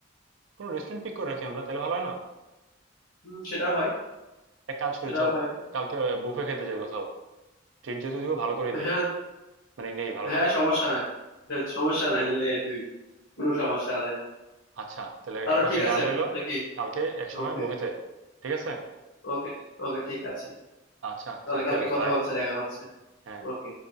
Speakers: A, on the right; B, on the left.
A: কোনো রেস্টুরেন্ট পিক করে রাখি আমরা তাহলে ভালো হয় না
B: হুম সেটা হয়
A: এক কাজ করি
B: সেটা
A: চল
B: হয়
A: কালকে বুফে খেতে যাই কোথাও ট্রিট যেহেতু দিব ভালো করে দিই
B: হ্যাঁ
A: মানে নেই ভালো
B: হ্যাঁ
A: করে
B: সমস্যা নাই হ্যাঁ, সমস্যা নাই লে তুই কোনো সমস্যা নাই
A: আচ্ছা তাহলে
B: তাহলে
A: এই কথাই
B: ঠিক আছে
A: ডান রইলো
B: নাকি
A: কালকে এক সময়
B: ওকে
A: বুফেতে ঠিক আছে
B: ওকে ওকে ঠিক আছে
A: আচ্ছা
B: তাহলে
A: থাক
B: কালকে
A: তাহলে
B: কথা
A: বাই
B: হচ্ছে দেখা হচ্ছে
A: হ্যাঁ
B: ওকে